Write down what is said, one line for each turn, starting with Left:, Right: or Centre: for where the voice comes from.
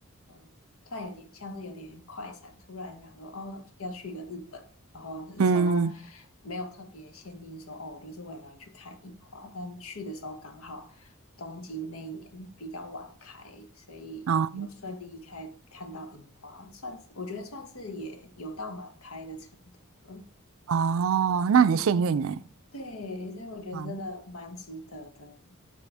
Left: 嗯，突然有点像是有点快闪，突然想说哦要去一个日本，然后那时候
Right: 嗯。
Left: 没有特别限定说哦，我就是为了要去看樱花，但去的时候刚好东京那一年比较晚开，所以有顺利开看到樱花，
Right: 哦
Left: 算是我觉得算是也有到满开的程度。了。
Right: 哦，那很幸运哎。
Left: 对，所以我觉得真的蛮值得的。
Right: 嗯，